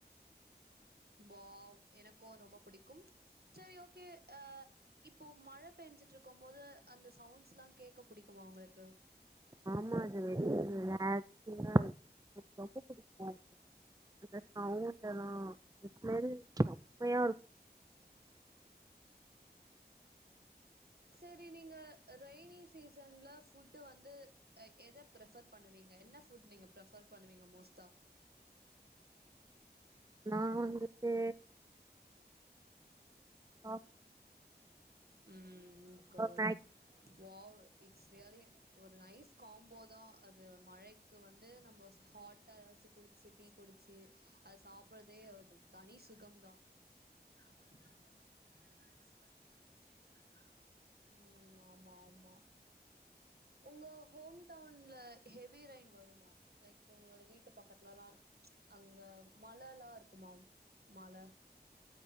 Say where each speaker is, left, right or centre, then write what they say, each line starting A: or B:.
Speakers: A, on the right; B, on the right.
A: வாவ் எனக்கு ரொம்ப புடிக்கும் சேரி ஓகே அ இப்போ மழ பெஞ்சுட்ருக்கம் போது அந்த சவுண்ட்ஸ்லா கேக்க புடிக்குமா உங்களுக்கு
B: ஆமா அது வேரி ரிலாக்சிங்கா இரு எனக் ரொம்ப புடிக்கு அந்த சவுண்டேல்லா <unintelligible> ம்மயா இருக்
A: சரி நீங்க ரெய்னி சீசன்ல ஃபுட்டு வந்து அ எத பிரஃபர் பண்ணுவீங்க என்ன ஃபுட் நீங்க பிரஃபர் பண்ணுவீங்க மோஸ்ட்டா
B: நான் வந்துட்டு சாப்பிட்டா
A: ம் குட்
B: மேக்ஸில்
A: வாவ் இட்ஸ் ரியலி ஒரு நைஸ் காம்போதா அது மழைக்கு வந்து நம்ம ஹாட்டா எதாச்சு குடிச்சு டீ குடிச்சு அத சாப்புறதே அது தனி சுகம்தா <unintelligible> ம் ஆமா ஆமா உங்க ஹோம் டவுன்ல ஹெவி ரெய்ன் வருமா லைக் உங்குளோட வீட்டு பக்கத்துலலா அங்க மழலா இருக்குமா மழ